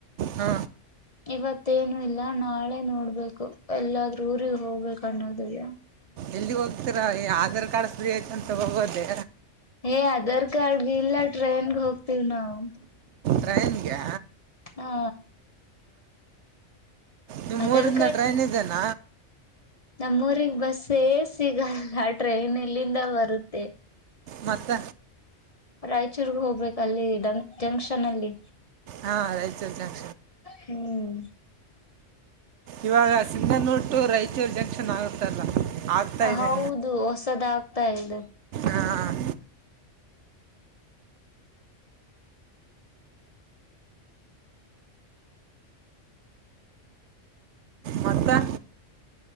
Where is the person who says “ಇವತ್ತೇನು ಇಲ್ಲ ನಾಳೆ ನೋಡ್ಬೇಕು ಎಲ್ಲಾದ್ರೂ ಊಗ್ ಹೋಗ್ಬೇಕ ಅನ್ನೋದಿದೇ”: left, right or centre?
Left